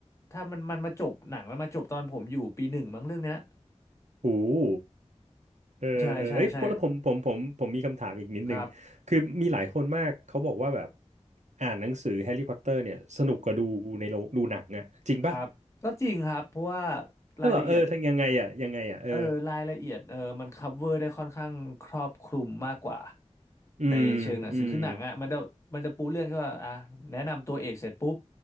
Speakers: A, on the left; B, on the right.
A: ถ้ามันมันมาจบหนังมันมาจบตอนผมอยู่ปีหนึ่งมั้งเรื่องเนี้ย
B: โอ้โหูเออเออเอ้ยแล้วผมผมผมผมมีคำถามอีกนิดนึง
A: ใช่ใช่ใช่ครับ
B: คือมีหลายคนมากเขาบอกว่าแบบอ่านหนังสือแฮร์รี่พอตเตอร์เนี่ยสนุกกว่าดูในโรงดูหนังอะจริงปะ
A: ครับก็จริงครับเพราะว่า
B: เฮ้ยเหรอเออทั้งยังไงอะยังไงอะเออ
A: รายละเอียด เออรายละเอียดเออมันคัฟเวอร์ได้ค่อนข้างครอบคลุมมากกว่า
B: อืมอืม
A: ในเชิงหนังสือคือหนังอ่ะมันจะมันจะปูเรื่องแค่ว่าอ่ะแนะนำตัวเอกเสร็จปุ๊บ